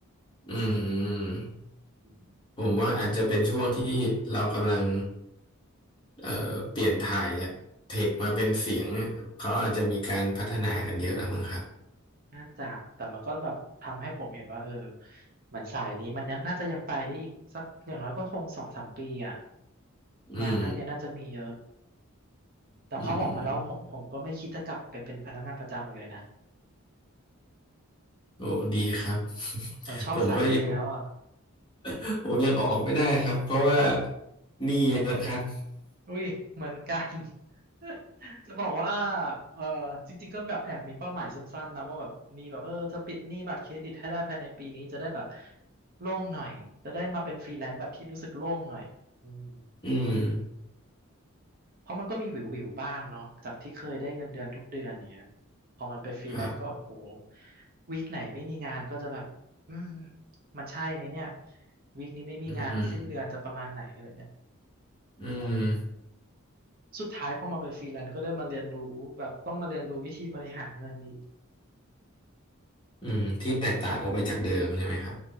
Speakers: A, on the left; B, on the right.
A: อืม
B: อืม
A: ผมว่าอาจจะเป็นช่วงที่เรากำลังเอ่อเปลี่ยนถ่ายจากเทคมาเป็นเสียงเขาอาจจะมีการพัฒนากันเยอะแล้วมั้งครับ
B: น่าจะแต่มันก็แบบทำให้ผมเห็นว่าเออเหมือนสายนี้มันยังน่าจะยังไปได้อีกสักอย่างน้อยก็คงสองสามปีอ่ะ
A: อืม
B: งานด้านเนี้ยน่าจะมีเยอะแต่พอออกมาแล้วผมผมก็ไม่คิดจะกลับไปเป็นพนักงานประจำอีกเลยนะ
A: อืมโอ้ดีครับ <laughs>
B: เหมือนชอบสายนี้แล้วอ่ะ
A: ผมก็ยัง <laughs> ผมยังออกไม่ได้ครับเพราะว่าหนี้เยอะครับ
B: อุ้ยเหมือนกัน <laughs> จะบอกว่าเออจริงๆก็แบบแอบมีเป้าหมายสั้นๆนะว่าแบบมีแบบเออจะปิดหนี้บัตรเครดิตให้ได้ภายในปีนี้จะได้แบบโล่งหน่อยจะได้มาเป็นฟรีแลนซ์แบบที่รู้สึกโล่งหน่อยอืม
A: อืม
B: เพราะมันก็มีหวิวๆบ้างเนาะจากที่เคยได้เงินเดือนทุกเดือนอย่างเงี้ยพอมันเป็นฟรีแลนซ์ก็โอ้โห
A: ครับ
B: วีคไหนไม่มีงานก็จะแบบอืมมันใช่ไหมเนี่ยวีคนี้ไม่มีงานแล้วสิ้นเดือนจะประมาณไหนอะไรเงี้ย
A: อืมอืม
B: สุดท้ายพอมาเป็นฟรีแลนซ์ก็ได้มาเรียนรู้แบบต้องมาเรียนรู้วิธีบริหารเงินอีก
A: อืมที่แตกต่างออกไปจากเดิมใช่ไหมครับ